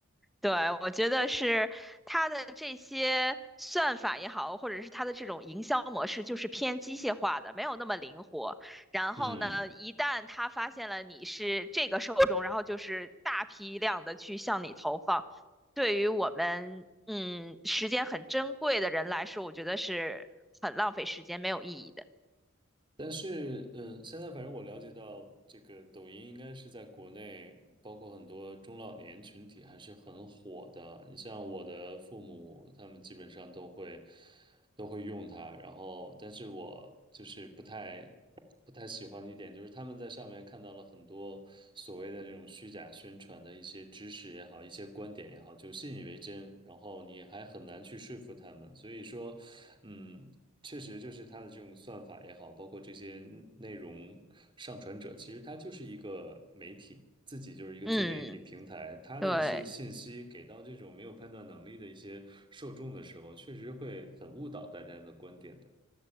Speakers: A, in the centre; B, on the right.
A: 对，我觉得是它的这些算法也好，或者是它的这种营销模式，就是偏机械化的，没有那么灵活。然后呢，
B: 嗯。
A: 一旦它发现了你是这个受众，然后就是大批量的去向你投放，对于我们嗯时间很珍贵的人来说，我觉得是很浪费时间，没有意义的。
B: 但是，嗯，现在反正我了解到，这个抖音应该是在国内，包括很多中老年群体还是很火的。你像我的父母，他们基本上都会都会用它。然后，但是我就是不太不太喜欢的一点，就是他们在上面看到了很多所谓的这种虚假宣传的一些知识也好，一些观点也好，就信以为真，然后你还很难去说服他们。所以说，嗯。确实就是它的这种算法也好，包括这些内容上传者，其实它就是一个媒体，自己就是一个自媒体平台，
A: 嗯，
B: 它的一些信息给到这种没有判断能力的一些受众的时候，
A: 对。
B: 确实会很误导大家的观点的。